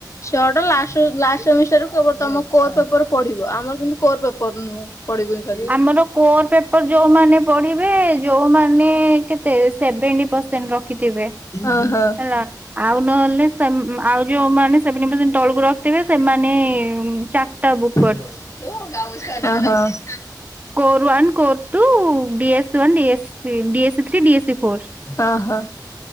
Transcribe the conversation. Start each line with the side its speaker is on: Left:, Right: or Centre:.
Left: ଛଅଟା ଲାଷ୍ଟ ଲାଷ୍ଟ ସେମିଷ୍ଟାର କେ ତମ କୋର ପେପର ପଢିବ, ଆମର କିନ୍ତୁ କୋର ପେପର ନୁହଁ। ପଡିବନି ଖାଲି।
Right: ଆମର କୋର ପେପର ଯୋଉମାନେ ପଢିବେ ଯୋଉମା ସେ କେତେ ସେଭେନଟି ପରଶେନଟ ରଖିଥିବେ।
Left: ଓହୋ।
Right: ହେଲା ଆଉ ନହଲେ ସ ଆଉ ଯୋଉମାନେ ସେଭେନଟି ପରଶେନଟ ତଳକୁ ରଖିଥିବେ ସେମାନେ ଚାରିଟା
Left: ଓହୋ।
Right: ବୁକ୍ Core one core two D S two D A C three D A C D three D A C four
Left: ଓହୋ